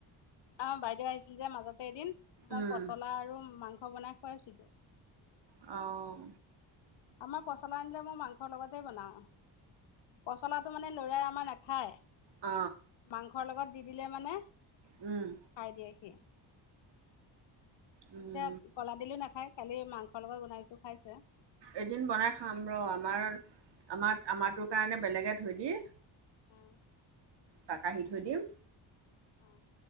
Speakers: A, on the left; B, on the right.
A: অ, বাইদেউ আহিছিল যে মাজতে এদিন, মই
B: উম
A: পচলা আৰু মাংস বনাই খুৱাইছিলো।
B: অ',
A: আমাৰ পচলা আনিলে মই মাংসৰ লগতেই বনাওঁ। পচলাটো মানে ল'ৰাই আমাৰ নাখায়।
B: অ
A: মাংসৰ লগত দি দিলে মানে
B: উম।
A: খাই দিয়ে সি।
B: উম,
A: <unintelligible> কলা ডিলো নাখায়, কালি মাংসৰ লগত বনাইছো খাইছে।
B: এদিন বনাই খাম ৰ আমাৰ আমাৰ আমাৰটোৰ কাৰণে বেলেগে থৈ দি
A: অ',
B: তা কাঢ়ি থৈ দিম।
A: অ',